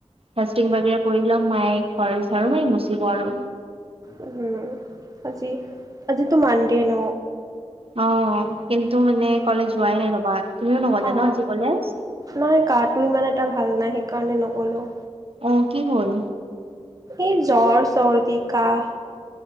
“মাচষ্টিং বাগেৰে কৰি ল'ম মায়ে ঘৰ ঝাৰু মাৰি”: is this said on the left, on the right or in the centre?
Right